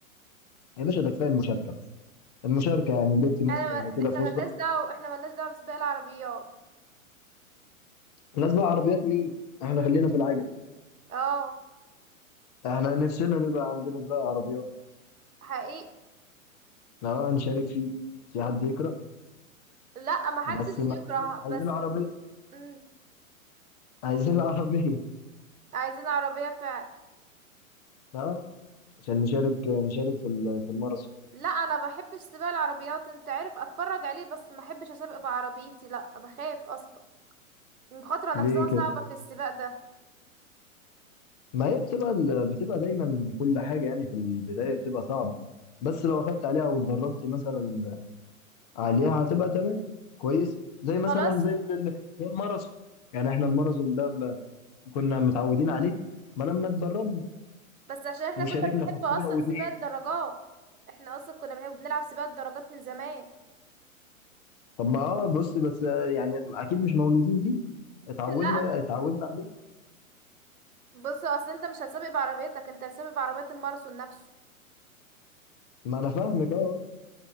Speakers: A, on the left; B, on the right.
A: يا باشا ده كفاية المشاركة بس المشاركة يعني اللي انت مثلا
B: انا ما... احنا
A: زي كده في وسطها
B: مالناش دعوة احنا مالناش دعوة بسباق العربيات
A: نازلة عربيات مين؟ احنا خلينا في العجل
B: اه
A: احنا نفسنا نبقى عندنا سباق عربيات
B: حقيقي
A: احنا اه هنشارك فيه في حد يكره
B: لا محدش
A: بس ما
B: يكره
A: عايزين
B: بس
A: عايزين العربية
B: مم.
A: عايزين <laughs> العربية
B: عايزين عربية فعلا
A: اه عشان نشارك نشارك في ال- في الماراثون
B: لا انا بحبش سباق العربيات انت عارف اتفرج عليه بس ما احبش اسابق بعربيتي لا بخاف اصلا المخاطرة نفسها
A: ليه كده
B: صعبة في السباق ده
A: ما هي بتبقى ال- بتبقى دايما كل حاجة يعني في البداية بتبقى صعبة بس لو أخدت عليها واتدربت مثلا عليها هتبقى تمام كويس زي
B: خلاص
A: مثلا زي ال- ال- زي الماراثون يعني احنا الماراثون ده ب- كنا متعودين عليه ما لما اتدربنا
B: بس عشان احنا
A: وشاركنا
B: كنا بنحب
A: في بطولة
B: اصلا
A: واتنين
B: سباق الدراجات احنا اصلا كنا بنحب بنلعب سباق الدراجات من زمان
A: طب ما اه بص بس يعني أكيد مش مولودين بيه اتعودنا
B: <laughs> لا
A: اتعودنا عليه
B: بص اصل انت مش هتسابق بعربيتك انت هتسابق بعربية الماراثون نفسه
A: ما أنا فاهمك اه